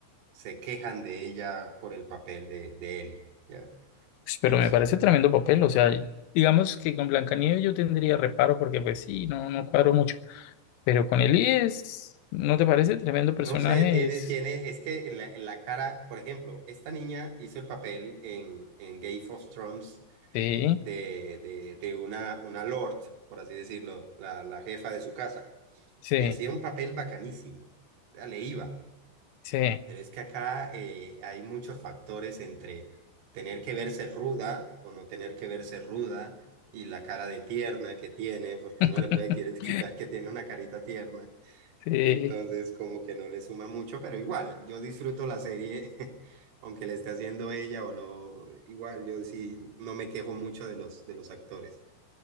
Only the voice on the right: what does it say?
Se quejan de ella por el papel de, de Ellie. ¿ya?
Entonces,
no
sé, tiene,
tiene, es que en la, en la cara, por ejemplo, esta niña hizo el papel en, en Game of Thrones
de, de, de una, una lord, por así decirlo, la, la jefa de su casa,
y hacía un papel bacanísimo, o sea, le iba,
pero es que acá eh, hay muchos factores entre tener que verse ruda o no tener que verse ruda y la cara de tierna que tiene, porque
no le puede querer quitar que tiene una carita tierna.
Entonces, como que no le suma mucho, pero igual, yo disfruto la serie, <laughs> aunque le esté haciendo ella o no, igual, yo sí no me quejo mucho de los, de los actores.